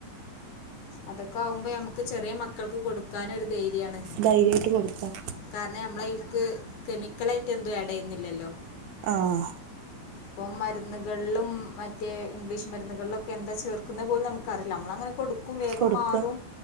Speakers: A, on the left; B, on the right.
A: അതൊക്കെ ആവുമ്പോ നമുക്ക് ചെറിയ മക്കൾക്ക് കൊടുക്കാനും പേര്യാണ്
B: ധൈര്യമായിട്ട് കൊടുക്കാം
A: കാരണം നമ്മളയ്ക്ക് കെമിക ക്കളായിട്ടെന്തും ആഡെയ്യുന്നില്ലല്ലോ
B: ആഹ്
A: ഇപ്പൊ മരുന്നുകളിലും മറ്റേ ഇംഗ്ലീഷ് മരുന്നുകളിലൊക്കെ എന്താ ചേർക്കുന്നത് പോലും നമുക്കറിയില്ല നമ്മളങ്ങനെ കൊടുക്കും വേംഗം
B: കൊടുക്കുക
A: മാറും